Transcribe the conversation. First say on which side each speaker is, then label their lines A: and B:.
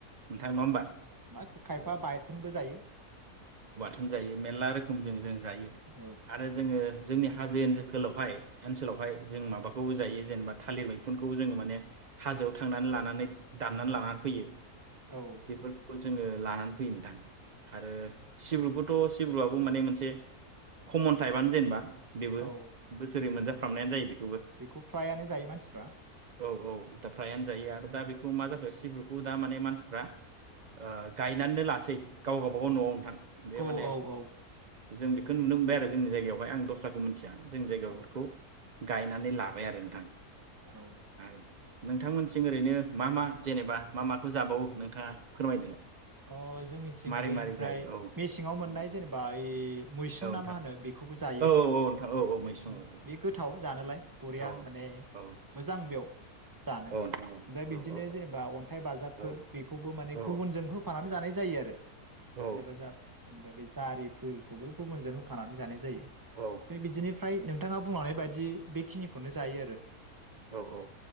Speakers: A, on the right (about 80°); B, on the right (about 15°).
A: नोंथां नङा
B: औ
A: होमबा
B: मा खायफा
A: औ
B: बाथोनबो जायो।
A: थोन जायो मेरला रोखोमजों जों जायो
B: औ
A: आरो जोङो। जोंनि हाजो <unintelligible> ओनसोलावहाय जों माबाखौबो जायो जेनेबा थालिर मैखुन खौ जोङो माने हाजोआव थांनानै लानानै दाननानै लानानै फैयो। <unintelligible>
B: औ
A: बेफोरखौ जों जोङो लानानै फैयो नोंथां आरो सिब्रुखौथ' सिब्रुआबो माने मोनसे कमन टाइपनो जेनेबा बेबो
B: औ
A: बोसोरै मोनजा खालामनायानो जायोबे
B: बेखौ फ्रायानो जायो मानसिफ्रा
A: औ औ दा फ्रायानो जायो आरो दा बेखौ मा जाखो सिब्रुखौ दा माने मानसिफ्रा ओ गायनानो लासै गाव बागाव न'आव नोंथां। बे
B: औ
A: माने
B: औ औ
A: जों बेखौ नुनो मोनबाय आरो जोंनि जायगायावहाय आं दस्राखौ मोथिया जोंनि जायगायाव
B: औ
A: इफोरखौ गायनानै लाबाय आरो नोंथां
B: हौ -
A: आं नोंथांमोनथिं ओरैनो मा मा जेनेबा मा माखौ जाबावो नोंथाङा फोरमायदोलाय।
B: अ जोंनिथिं
A: मारै
B: बे
A: मारै
B: ओमफ्राय
A: जायो औ
B: मेसेंआव मोननाय
A: उम
B: जेनेबा ओय मैसुं
A: औ नोंथां
B: ना मा होनो बेखौबो जायो
A: औ औ औ नोंथां औ औ
B: मैसुं
A: औ
B: बे गोथाव जानोलाय बरिया
A: औ
B: माने
A: औ
B: मोजां बेयाव जानो ओमफ्राय
A: औ नोंथां औ
B: बिदिनो
A: औ
B: जेनेबा अन्थाइ बाजाबफोर
A: औ
B: बेखौबो माने
A: औ
B: गुबुनजों हो फानानै जानाय जायो आरो अन्थाय
A: औ
B: बाजाब दा बे जारिफोरखौबो गुबुनजों फानानै जानाय जायो
A: औ
B: बिदिनिफ्राय नों नोंथाङा बुंलानाय बायदि बेखिनिखौनो जायो आरो
A: औ औ